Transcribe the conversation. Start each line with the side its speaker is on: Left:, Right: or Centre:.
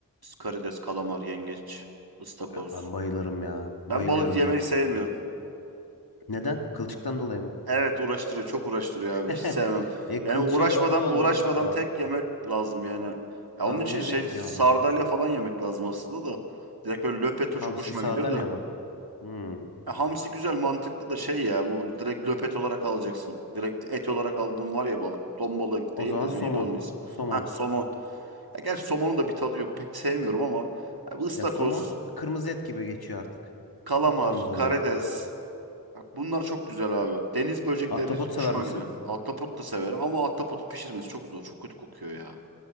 Right: Karides, kalamar, yengeç, ıstakoz.
Left: Ya ben bayılırım ya. Bayılıyorum
Right: Ben balık yemeyi
Left: ben.
Right: sevmiyorum.
Left: Neden? Kılçıktan dolayı mı?
Right: Evet uğraştırıyor, çok uğraştırıyor
Left: <laughs>
Right: abi. Hiç sevmem.
Left: E
Right: Yani
Left: kılçığı
Right: uğraşmadan
Left: az olan
Right: uğraşmadan
Left: balıklar da var.
Right: tek yemek lazım yani. Ya
Left: Tamam
Right: onun için
Left: levrek
Right: şey
Left: yiyeceksin
Right: sardalya
Left: o zaman.
Right: falan yemek lazım aslında da. Direkt böyle löpeto
Left: Hamsi
Right: çok hoşuma
Left: sardalya
Right: gidiyor da.
Left: mı? Hmm.
Right: Ya hamsi güzel mantıklı da şey ya bu direkt löpet olarak alacaksın. Direkt et olarak aldığın var ya balık. Ton balığı
Left: O
Right: değil
Left: zaman
Right: de
Left: somon.
Right: neydi onun ismi?
Left: Somon.
Right: Ha somon. Ya gerçi somonun da bir tadı yok. Pek sevmiyorum ama. Abi ıstakoz,
Left: Ya somon kırmızı et gibi geçiyor artık.
Right: kalamar,
Left: Kıpkırmızı
Right: karides.
Left: oluyor.
Right: Bak bunlar çok güzel abi. Deniz böcekleri
Left: Ahtapot
Right: hoşuma
Left: sever misin?
Right: gidiyor. Ahtapot da severim ama ahtapotu pişirmesi çok zor. Çok kötü kokuyor ya.